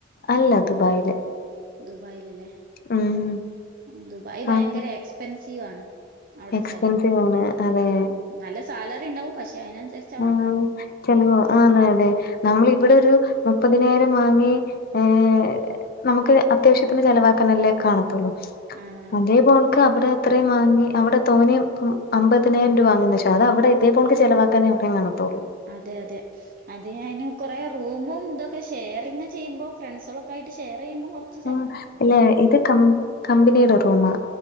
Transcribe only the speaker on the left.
അല്ല ദുബായില്
ഉം
ആഹ്
എക്സ്പെൻസീവ്
ആണ് അതെ
ആഹ് ചെലവോ ആന്ന് ലെ നമ്മെൾ
ഇവെടെ ഒരു മുപ്പതിനായിരം വാങ്ങി ഏഹ് നമുക്ക് അത്യാവശ്യത്തിന് ചെലവാക്കാന് അല്ലെ കാണത്തൊള്ളു
അതേ പോണ്ക്ക് അവ്ടെ ഇത്രേം വാങ്ങി അവ്ടെ തോനെ ഇപ്പം അമ്പതിനായിരം രൂപ വാങ്ങുന്നെച്ചാ അത് അവ്ടെ ഇതേ പോണ്ക്ക് ചെലെവാ തെന്നെ ഇവ്ടെം കാണത്തൊള്ളു
ഉം അല്ല ഇത് കമ്പ കമ്പനിയുടെ റൂമാ